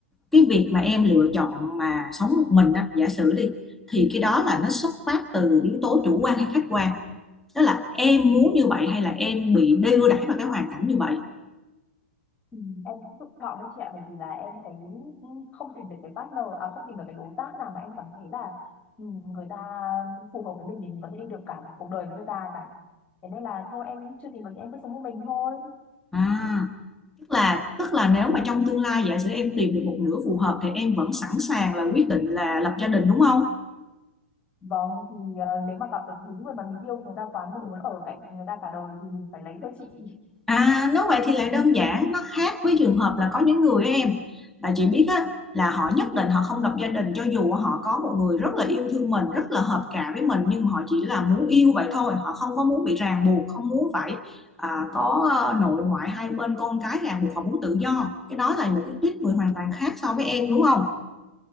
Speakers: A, in the centre; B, on the left.
A: cái việc mà em lựa chọn mà sống một mình á, giả sử đi thì cái đó là nó xuất phát từ yếu tố chủ quan hay khách quan tức là em muốn như vậy hay là em bị đưa đẩy vào cái hoàn cảnh như vậy
B: Ừ, em cũng tự chọn đấy chị ạ bởi vì là em thấy không tìm được cái partner à không tìm được cái đối tác nào mà em cảm thấy là ừ, người ta phù hợp với mình để mình có thể đi được cả một cuộc đời với người ta cả thế nên là thôi em chưa tìm được thì em cứ sống một mình thôi
A: à tức là tức là nếu mà trong tương lai giả sử em tìm được một nửa phù hợp thì em vẫn sẵn sàng là quyết định là lập gia đình đúng không
B: vâng thì ờ, nếu mà gặp được đúng người mà mình yêu người ta quá mình muốn ở cạnh người ta cả đời thì mình phải lấy thôi chị
A: À, nếu vậy thì lại đơn giản, nó khác với trường hợp là có những người á em là chị biết á, là họ nhất định họ không lập gia đình cho dù họ có một người rất là yêu thương mình, rất là hợp cả với mình nhưng mà họ chỉ là muốn yêu vậy thôi, họ không có muốn bị ràng buộc, không muốn phải à, có à, nội ngoại hai bên con cái ràng buộc, họ muốn tự do. Cái đó là một cái tuýp người hoàn toàn khác so với em đúng không?